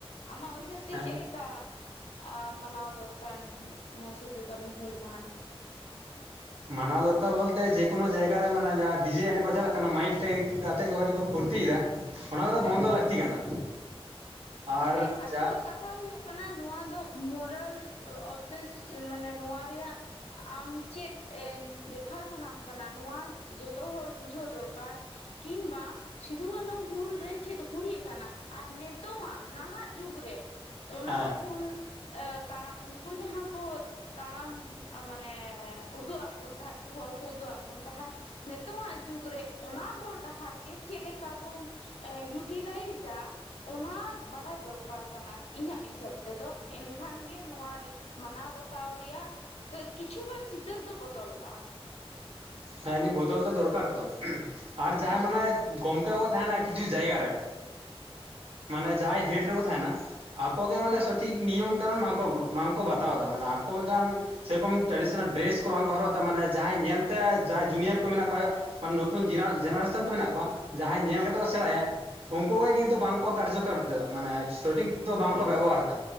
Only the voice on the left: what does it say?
ᱟᱢᱟᱜ ᱩᱭᱦᱟᱹᱨ ᱛᱮ
ᱪᱮᱫ ᱞᱮᱠᱟ᱾ ᱠᱟ ᱢᱟᱱᱟᱣ ᱫᱚᱨᱠᱟᱨ ᱱᱚᱣᱟ ᱥᱤᱫᱩ ᱠᱟᱹᱱᱦᱩ ᱦᱩᱞ ᱢᱟᱦᱟ ᱫᱚ?
ᱦᱮᱸ
ᱦᱮᱸ ᱟᱥᱚᱞ
ᱠᱟ ᱠᱟᱛᱷᱟ ᱦᱩᱭᱩᱜ ᱠᱟᱱᱟ ᱱᱚᱣᱟ ᱫᱚ ᱢᱚᱨᱟᱞ ᱚᱯᱷ ᱫᱤᱥ ᱢᱟᱱᱮ ᱱᱚᱣᱟ ᱨᱮᱭᱟᱜ ᱟᱢ ᱪᱮᱫ ᱮ ᱫᱮᱠᱷᱟᱣ ᱥᱟᱣᱱᱟᱢ ᱠᱟᱱᱟ ᱱᱚᱣᱟ ᱡᱚᱛᱚ ᱦᱚᱲ ᱵᱩᱡᱷᱟᱹᱣ ᱫᱚᱨᱠᱟᱨ᱾ ᱠᱤᱝᱵᱟ ᱥᱤᱫᱩ ᱠᱟᱹᱱᱩ ᱦᱩᱞ ᱨᱮ ᱪᱮᱫ ᱦᱩᱭ ᱟᱠᱟᱱᱟ ᱟᱨ ᱱᱤᱛᱚᱜᱟᱜ᱾ ᱱᱟᱦᱟᱜ ᱡᱩᱜᱽ ᱨᱮ ᱚᱱᱟ
ᱦᱩᱞ ᱮᱸ ᱛᱟᱲᱟ ᱩᱱᱠᱩ ᱡᱟᱦᱟᱸ ᱠᱚ ᱛᱟᱲᱟᱢ ᱢᱟᱱᱮ ᱩᱫᱩᱜ ᱟᱫ ᱵᱚᱱ ᱛᱟᱦᱮᱸᱫ᱾ ᱦᱚᱨ ᱠᱚ ᱳᱫᱩᱜ ᱟᱜ ᱵᱚᱱ ᱛᱟᱦᱮᱸᱫ᱾ ᱱᱤᱛᱚᱜ ᱟᱜ ᱡᱩᱜᱽ ᱨᱮ ᱚᱱᱟ ᱦᱚᱨ ᱰᱟᱦᱟᱨ ᱜᱮ ᱪᱮᱫ ᱞᱮᱠᱟ ᱵᱚᱱ ᱮ ᱤᱭᱩᱴᱤᱞᱟᱭᱤᱡᱼᱟ ᱚᱱᱟᱛ ᱵᱟᱰᱟᱭ ᱫᱚᱨᱠᱟᱨ ᱠᱟᱱᱟ ᱤᱧᱟᱹᱜ ᱦᱤᱥᱟᱹᱵ ᱛᱮᱫᱚ᱾ ᱮᱱᱠᱷᱟᱱ ᱜᱮ ᱱᱚᱣᱟ ᱨᱮ ᱢᱟᱱᱟᱣ ᱵᱟᱛᱟᱣ ᱨᱮᱭᱟᱜ ᱠᱤᱪᱷᱩᱜᱟᱱ ᱪᱤᱛᱟᱹᱨ ᱫᱚ ᱵᱚᱫᱚᱞᱚᱜᱼᱟ᱾
ᱦᱮᱸ
ᱦᱮᱸ
ᱦᱮᱸ